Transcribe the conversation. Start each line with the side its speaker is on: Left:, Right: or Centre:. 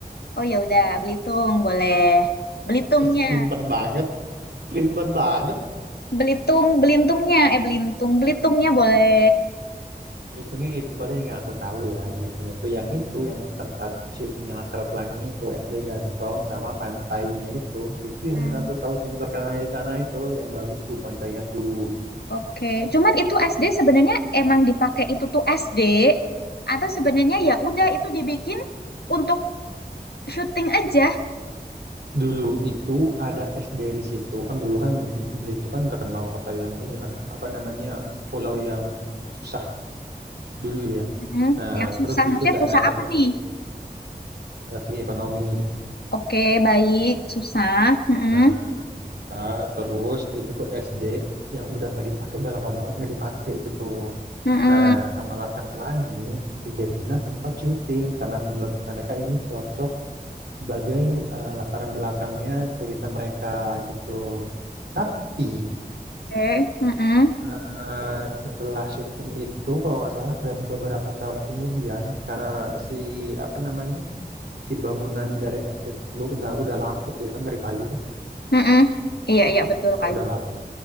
Left: Oh ya udah, Belitung boleh. Belitungnya.
Right: <laughs> Masih pelintan banget, pelintan banget.
Left: Belitung, Belintungnya, eh Belitung, Belitungnya boleh.
Right: Belitung itu paling yang aku tahu ya, yang Belitung itu yang itu yang tempat syutingnya Laskar Pelangi itu SD Gantong sama pantainya itu. Itu yang
Left: Hmm,
Right: aku tahu yang terkenal di sana itu, yang bagus tuh pantainya tuh.
Left: oke. Cuman itu SD sebenarnya emang dipakai itu tuh SD atau sebenarnya ya udah itu dibikin untuk syuting aja.
Right: Dulu itu ada SD di situ. Kan dulu kan Belitung kan terkenal kota yang ini kan, apa namanya? pulau yang susah dulu ya.
Left: Hmm,
Right: Nah,
Left: yang susah
Right: terus di
Left: maksudnya
Right: situ udah
Left: susah
Right: ada
Left: apa
Right: SD
Left: nih?
Right: dari segi ekonomi.
Left: Oke, baik, susah. Mm-mm.
Right: Nah, susah terus itu tuh SD yang udah nggak dipakai udah lama banget nggak dipakai itu tuh
Left: Mm-mm.
Right: Nah, sama Laskar Pelangi dijadiinlah tempat syuting karena menurut mereka ini cocok sebagai eh, latar belakangnya cerita mereka gitu. Tapi
Left: Oke, Mm-mm.
Right: eh, setelah syuting itu kalau nggak salah ber- beberapa tahun kemudian karena si apa namanya si bangunan dari SD tersebut udah udah lapuk ya kan dari kayu tuh.
Left: Mm-mm. Iya, iya, betul,
Right: Nah,
Left: kayu.
Right: udah lapuk.